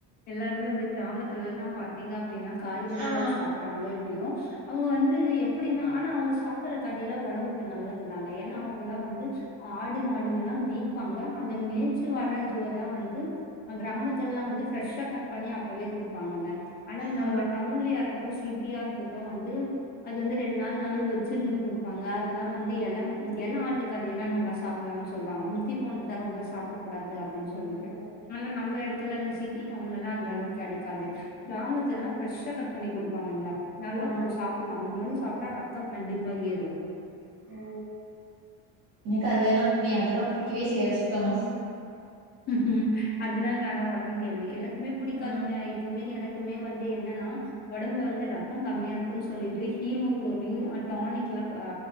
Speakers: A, on the left; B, on the right.
A: எல்லாருமே வந்து கிராமத்து எல்லா பாத்த இல்ல அப்படின்னா காய்கறிகள்
B: ஆ
A: சாப்றாங்களோ இப்டியோ அவங்க வந்து எப்டின்னா ஆனா அவங்க சாப்டுற கரி எல்லா ஒடம்புக்கு நல்லதுதாங்க ஏன்னா அவங்க எல்லா வந்து ஆடு மாடுங்கள்லா மேய்பாங்க அந்த மேச்சு வரறதுவதா வந்து கிராமத்தல எல்லா வந்து ஃப்ரெஷ்ஷா கட் பண்ணி அப்பவே கொடுப்பாங்கங்க ஆனா நம்ம
B: ஓ
A: டவுன்னிலியா இருக்கட்டு சிட்டியா இருக்கட்டு வந்து அது வந்து ரெண்டு நாள் நாளும் வச்சிருந்து குடுப்பாங்க அது எல்லா வந்து எளம் எள ஆட்டுக்கறில்லா நல்லா சாப் <unintelligible> சொல்லுவாங்க முத்தி போனதுதா ரொம்ப சாப்ட கூடாது அப்டின்னு சொல்லிட்டு
B: ஓ
A: ஆனா நம்ம இடத்துல அந்த சிட்டி டவுன்ல எல்லா அந்த அளவுக்கு கெடைக்காது கிராமத்தலல்லா ஃப்ரெஷ்ஷா கட் பண்ணி கொடுப்பாங்கங்க நல்லா
B: ஆ
A: இருக்கும் சாப்டலா அந்தமாதிரி சாப்ட்டா ரத்தம் கண்டிப்பா ஏறும்
B: ஓ எனக்கு அதது எல்லா அது எல்லா பிடிக்கவே செய்யாது சுத்தமா
A: ம் அதுதாங்க ஆனா ஒடம்பு கெல்தி எனக்குமே பிடிக்காதுங்க
B: ஆ
A: இப்பமே எனக்கு எப்பவுமே வந்து என்னன்னா ஒடம்புல வந்து ரத்தம் கம்மியா இருக்குன்னு சொல்லிட்டு ஹீமோகுளோபின் டானிக்ல அ